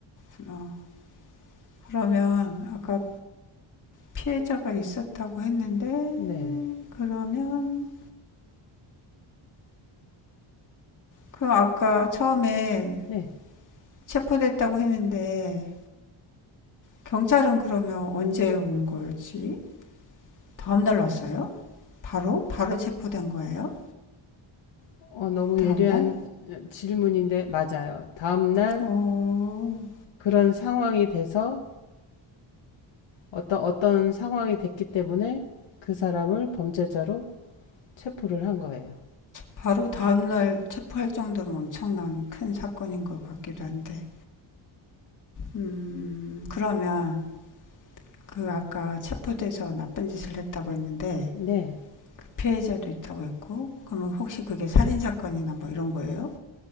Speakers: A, on the left; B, on the left.
A: 구나 그러면 아까 피해자가 있었다고 했는데
B: 네.
A: 그러면 그 아까 처음에
B: 네.
A: 체포됐다고 했는데 경찰은 그러면 언제 온 거지? 다음 날 왔어요? 바로 바로 체포된 거예요?
B: 어, 너무
A: 다음
B: 예리한
A: 날?
B: 질문인데, 맞아요. 다음날
A: 어.
B: 그런 상황이 돼서 어떤, 어떤 상황이 됐기 때문에 그 사람을 범죄자로 체포를 한 거예요.
A: 바로 다음 날 체포할 정도면 엄청난 큰 사건인 것 같기도 한데. 음, 그러면 그 아까 체포돼서 나쁜 짓을 했다고 했는데
B: 네.
A: 그 피해자도 있다고 했고, 그러면 혹시 그게 살인사건이나 뭐 이런 거예요?